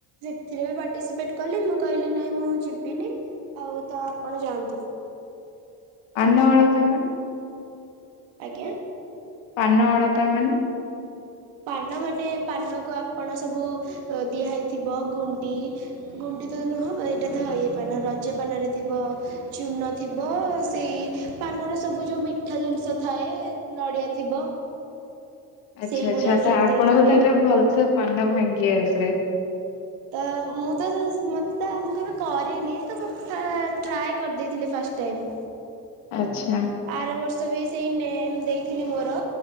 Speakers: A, on the right; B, on the left.
A: ସେଥିରେବି ପାର୍ଟିସିପେଟ୍ କଲି ମୁଁ କହିଲି ନାଇଁ ମୁଁ ଯିବିନି ଆଉତ ଆପଣ ଯାଆନ୍ତୁ।
B: ପାନ ଅଳତା ମାନେ?
A: ଆଜ୍ଞା।
B: ପାନ ଅଳତା ମାନେ?
A: ପାନ ମାନେ ପାନକୁ ଆପଣ ସବୁ ଦିଆ ହେଇଥିବ ଗୁଣ୍ଡି ଗୁଣ୍ଡିତ ନୁହଁ ଏଇଟାତ ଇଏ ପାନ ରଜପାନରେ ଥିବ ଚୂନ ଥିବ ସେଇ ପାନରେ ସବୁ ଯୋଉ ମିଠା ଜିନିଷ ଥାଏ ନଡ଼ିଆ ଥିବ।
B: ଆଚ୍ଛା
A: ସେଇଗୁଡ଼ା
B: ଆଚ୍ଛା ତଆପଣଙ୍କୁ
A: ସବୁ ଦେଇଥିଲେ
B: ତାହେଲେ ଭଲସେ ପାନ ଭାଙ୍ଗି ଆସେ।
A: ତ, ମୁତ ମତେତ ମୁକେବେ କରିନି ତମୁ ଫ୍ରା ଟ୍ରାଏ କରିଦେଇଥିଲି ଫାଷ୍ଟ ଟାଇମ୍।
B: ଆଚ୍ଛା।
A: ଆର ବର୍ଷବି ସେଇ ନେମ୍ ଦେଇଥିଲି ମୋର